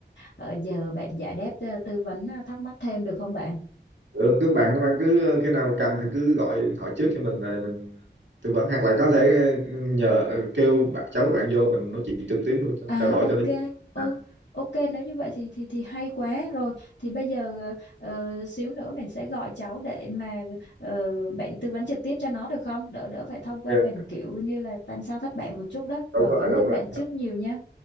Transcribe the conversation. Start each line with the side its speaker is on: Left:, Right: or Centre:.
Left: Ờ, giờ bạn giải đáp ờ, tư vấn ờ, thắc mắc thêm được không bạn?
Right: Ừ, cứ bạn các bạn cứ khi nào cần thì cứ gọi điện thoại trước cho mình rồi mình tư vấn hoặc là có thể ờ, nhờ ờ, kêu bạn cháu của bạn vô mình nói chuyện trực tiếp luôn cho
Left: À
Right: trao đổi
Left: ok,
Right: cho nó
Left: ừ
Right: à,
Left: ok nếu như vậy thì thì thì hay quá rồi. Thì bây giờ ờ, xíu nữa mình sẽ gọi cháu để mà ờ, bạn tư vấn trực tiếp cho nó được không? Đỡ đỡ phải thông
Right: ok,
Left: qua mình kiểu như là tam sao thất bại một chút đó.
Right: đúng
Left: Rồi
Right: rồi
Left: cảm
Right: đúng
Left: ơn
Right: rồi
Left: bạn trước nhiều nha.